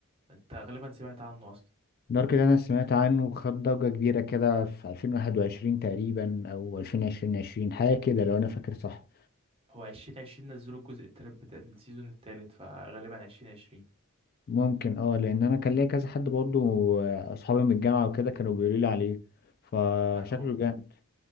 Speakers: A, on the right; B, on the left.
A: انت غالبا سمعت عنه اصلا
B: دارك ده انا سمعت عنه وخد ضجه كبيره كده في 2021 تقريبا او 2020 حاجه كده لو انا فاكر صح
A: هو عشرين عشرين نزلوا الجزء التالت بتاع السيزون التالت فغالبا عشرين عشرين
B: ممكن اه لان انا كان ليا كذا حد برضه آه، اصحابي من الجامعه وكده كانوا بيقولوا لي عليه فشكله
A: لا هو
B: جامد